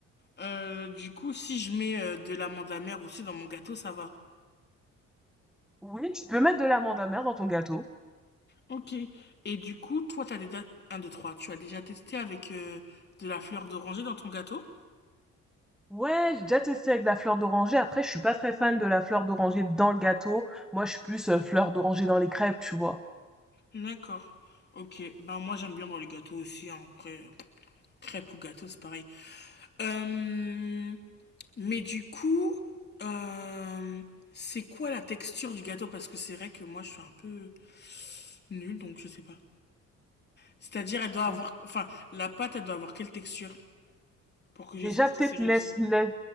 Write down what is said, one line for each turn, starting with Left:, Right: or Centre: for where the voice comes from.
Left: Euh, du coup, si je mets euh, de l'amande amère aussi dans mon gâteau, ça va.
Centre: Oui, tu peux mettre de l'amande amère dans ton gâteau.
Left: Ok. Et du coup, toi, t'as déjà... un 2, 3. Tu as déjà testé avec euh, de la fleur d'oranger dans ton gâteau?
Centre: Ouais, j'ai déjà testé avec la fleur d'oranger. Après, je suis pas très fan de la fleur d'oranger dans le gâteau. Moi, je suis plus euh, fleur d'oranger dans les crêpes, tu vois.
Left: D'accord. Ok. Ben, moi, j'aime bien dans les gâteaux aussi. hein. Après, euh, crêpes ou gâteau, c'est pareil. Euh, Mais du coup, euh, c'est quoi la texture du gâteau? Parce que c'est vrai que moi, je suis un peu nulle, donc je sais pas. C'est-à-dire, elle doit
Centre: Ah.
Left: avoir... Enfin, la pâte, elle doit avoir quelle texture? pour que
Centre: Déjà,
Left: j'ai ça, ça
Centre: peut-être
Left: c'est réussi.
Centre: laisse, laisse-